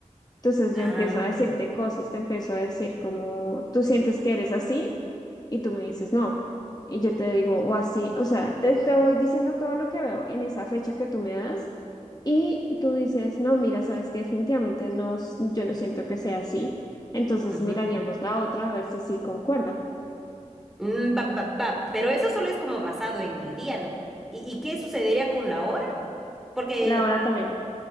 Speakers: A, on the left; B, in the centre.
A: Entonces
B: Ah,
A: yo empiezo a decirte cosas, te empiezo a decir como tú sientes que eres así y tú me dices no. Y yo te digo o así, o sea, te, te voy diciendo todo lo que veo en esa fecha que tú me das y tú dices, no, mira, sabes que definitivamente no, s- yo no siento que sea así. Entonces
B: ya.
A: miraríamos la otra a ver si sí concuerda.
B: Mm, va, va, va, pero eso solo es como basado en el día, ¿no? ¿Y, y qué sucedería con la hora? Porque,
A: La hora también.